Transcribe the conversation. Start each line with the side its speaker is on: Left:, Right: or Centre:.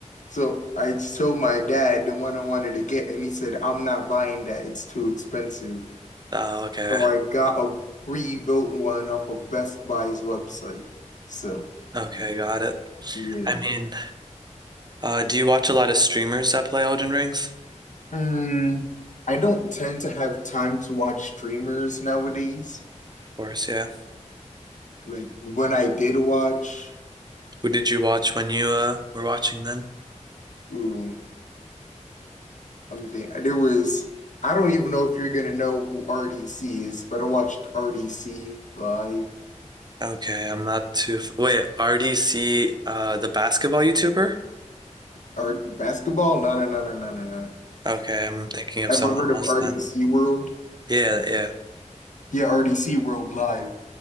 Left: So, I told my dad the one I wanted to get, and he said, I'm not buying that. It's too expensive.
Right: Oh, okay.
Left: So I got a pre-built one off of Best Buy's website. So
Right: Okay, got it.
Left: yeah.
Right: I mean, uh, do you watch a lot of streamers that play Elden Rings?
Left: Mm, I don't tend to have time to watch streamers nowadays.
Right: Of course, yeah.
Left: Like when I did watch,
Right: Who did you watch when you uh, were watching then?
Left: ooh, let me think. There was I don't even know if you're gonna know who RDC is, but I watched RDC live.
Right: Okay, I'm not too. f- Wait, RDC, uh, the basketball YouTuber?
Left: Art basketball? No, no, no, no, no, no, no.
Right: Okay, I'm thinking of
Left: Ever
Right: someone
Left: heard of
Right: else
Left: RDC
Right: then.
Left: World?
Right: Yeah, yeah.
Left: Yeah, RDC World Live.